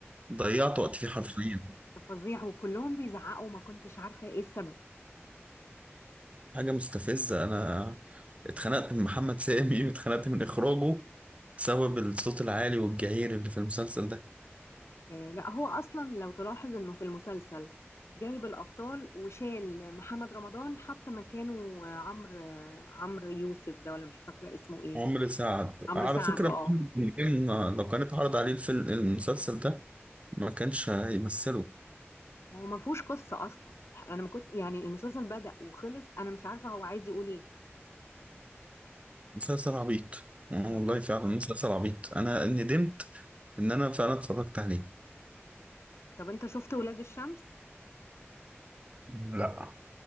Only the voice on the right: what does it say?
ضيعت وقت فيه حرفيا
حاجه مستفزه انا اتخنقت من محمد سامي <laughs> واتخنقت من اخراجه بسبب الصوت العالي والجعير اللي في المسلسل ده
عمرو سعد
على
فكرة
محمد نجم آه، لو كان اتعرض عليه الفيلم المسلسل ده ما كانش هيمثله
مسلسل عبيط آه
والله فعلا مسلسل عبيط أنا ندمت إن أنا فعلا اتفرجت عليه
لا